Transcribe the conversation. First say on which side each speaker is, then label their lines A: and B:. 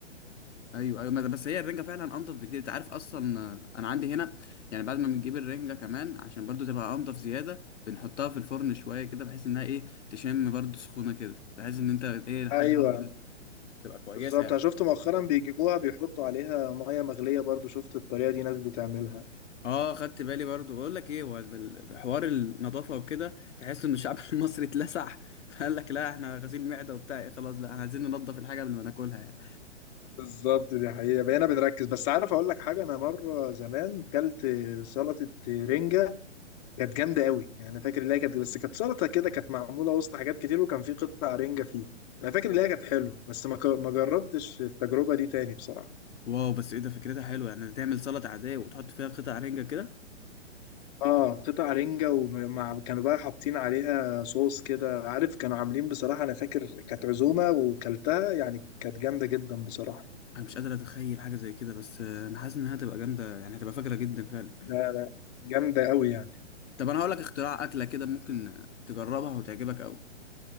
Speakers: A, on the left; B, on the left.
A: ايوه ايوه ما ده- بس هي الرنجه فعلا انضف بكتير انت عارف اصلا آه، انا عندي هنا يعني بعد ما بنجيب الرنجه كمان عشان برضو تبقى انضف زياده بنحطها في الفرن شويه كده بحيث انها ايه تشم برضو سخونه كده بحيث ان انت ايه الحاجه
B: ايوه
A: برضو تبقى كويسه
B: بالظبط
A: يعني
B: انا شفت مؤخرا بيجيبوها بيحطوا عليها ميه مغليه برضو شفت الطريقه دي ناس بتعملها
A: اه خدت بالي برضو بقول لك ايه هو ال- حوار النظافه وكده تحس ان الشعب <laughs> المصري اتلسع فقال لك لا احنا غسيل معده وبتاع ايه خلاص لا احنا عايزين ننضف الحاجه قبل ما ناكلها يعني
B: بالظبط دي حقيقة بقينا بنركز بس عارف اقول لك حاجة انا مرة زمان كلت سلطة رنجة كانت جامدة قوي يعني انا فاكر ان هي كانت بس كانت سلطة كده كانت معمولة وسط حاجات كتير وكان في قطع رنجة فيه انا فاكر ان هي كانت حلوة بس ما ك- ما جربتش التجربة دي تاني بصراحة
A: واو بس ايه ده فكرتها حلوه يعني تعمل سلطه عاديه وتحط فيها قطع رنجه كده
B: اه قطع رنجة ومع كانوا بقى حاطين عليها صوص كده عارف كانوا عاملين بصراحة انا فاكر كانت عزومة وكلتها يعني كانت جامدة جدا بصراحة
A: انا مش قادر اتخيل حاجه زي كده بس آه، انا حاسس انها هتبقى جامده يعني هتبقى فجره جدا فعلا
B: لا لا جامدة قوي يعني
A: طب انا هقول لك اختراع اكله كده ممكن آه، تجربها وتعجبك قوي